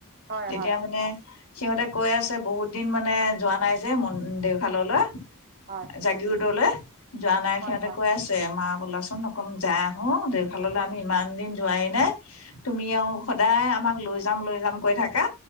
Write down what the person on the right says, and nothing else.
হয়
হয়
হয়।
হয়
হয়